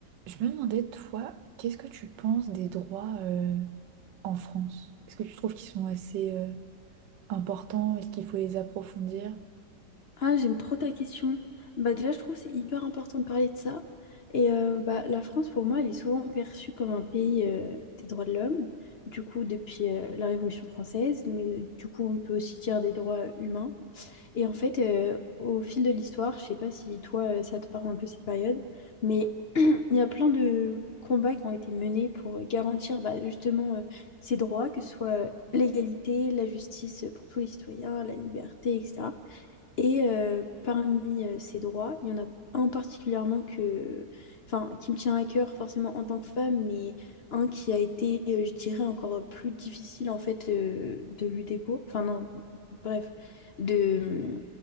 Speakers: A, on the right (about 90°); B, on the left (about 55°).
A: Je me demandais, toi, qu'est-ce que tu penses des droits euh, en France? Est-ce que tu trouves qu'ils sont assez euh, importants? Est-ce qu'il faut les approfondir?
B: Ah, j'aime trop ta question. Bah déjà, je trouve que c'est hyper important de parler de ça. Et euh, bah, la France, pour moi, elle est souvent perçue comme un pays euh, des droits de l'homme, du coup, depuis euh, la Révolution française, mais euh, du coup, on peut aussi dire des droits humains. Et en fait, euh, au fil de l'histoire, je sais pas si toi, euh, ça te parle un peu cette période, mais <clears throat> il y a plein de combats qui ont été menés pour garantir bah, justement euh, ces droits, que ce soit euh, l'égalité, la justice pour tous les citoyens, la liberté, etc. Et euh, parmi euh, ces droits, il y en a un particulièrement que, enfin, qui me tient à cœur forcément en tant que femme, mais un qui a été, euh, je dirais, encore plus difficile en fait euh, de lutter pour, enfin non, bref, de